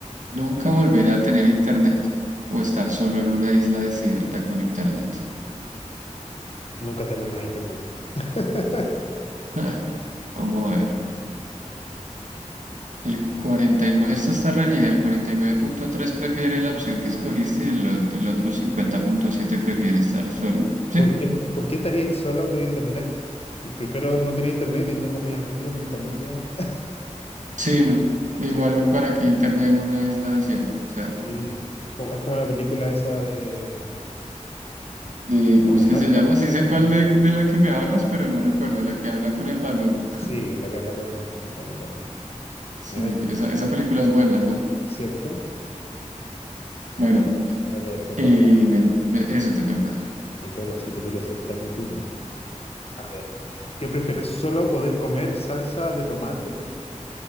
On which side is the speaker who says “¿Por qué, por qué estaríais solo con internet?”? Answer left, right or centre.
Left